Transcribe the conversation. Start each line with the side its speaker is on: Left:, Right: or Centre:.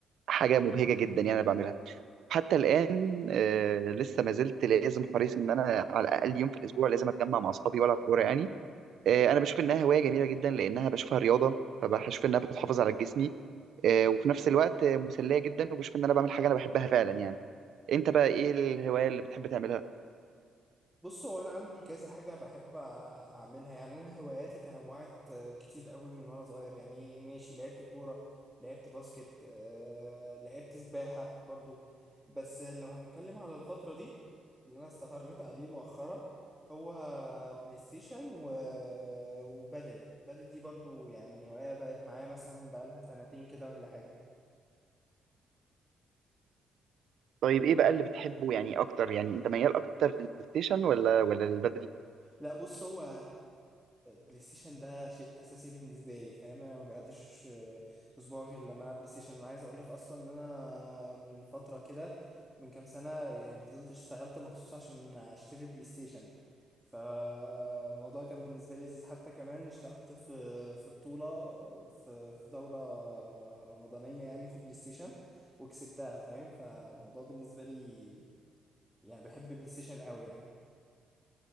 Right: حاجة مبهجة جدا يعني انا بعملها حتى الان آه لسه ما زلت لازم حريص ان انا على الاقل يوم في الاسبوع لازم اتجمع مع اصحابي والعب كورة يعني آه، انا بشوف انها هوايه جميله جدا لانها بشوفها رياضه فبشوف انها بتحافظ على جسمي آه، وفي نفس الوقت آه، مسليه جدا وبشوف ان انا بعمل حاجه انا بحبها فعلا يعني انت بقى ايه الهوايه اللي بتحب تعملها
Centre: بص هو انا عندي كذا حاجه بحب اعملها يعني انا هواياتي تنوعت آه، كتير قوي من وانا صغير يعني ماشي لعبت كوره لعبت باسكت آه، لعبت سباحه برضو بس لو هنتكلم على الفتره دي اللي انا استقريت عليه مؤخرا هو بلاي ستيشن و... وبادل بادل دي برضو يعني هوايه بقت معايا مثلا بقالها سنتين كده ولا حاجه
Right: طيب ايه بقى اللي بتحبه يعني اكتر يعني انت ميال اكتر للبلاي ستيشن ولا ولا للبادل
Centre: لا بص هو بلاي ستيشن ده شيء اساسي بالنسبه لي فاهم انا ما بيعديش اسبوع غير لما العب بلاي ستيشن انا عايز اقول لك اصلا ان انا من فتره كده من كام سنه يعني فضلت اشتغلت مخصوص عشان اشتري بلاي ستيشن فالموضوع كان بالنسبه لي لذيذ حتى كمان اشتركت في في بطوله في في دوره رمضانيه يعني في بلاي ستيشن وكسبتها فاهم فالموضوع بالنسبه لي يعني بحب بلاي ستيشن قوي يعني